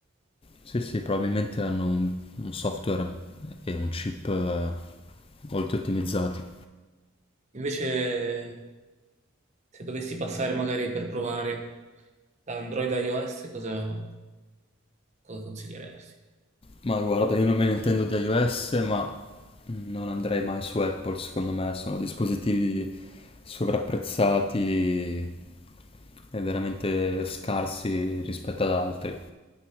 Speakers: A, on the left; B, on the right.
A: Sì, sì, probabilmente hanno un, un software e un chip eh, molto ottimizzati.
B: Invece, se dovessi passare magari per provare da Android a iOS, cosa, cosa consiglieresti?
A: Ma guarda, io non me ne intendo di iOS, ma non andrei mai su Apple, secondo me sono dispositivi sovrapprezzati e veramente scarsi rispetto ad altri.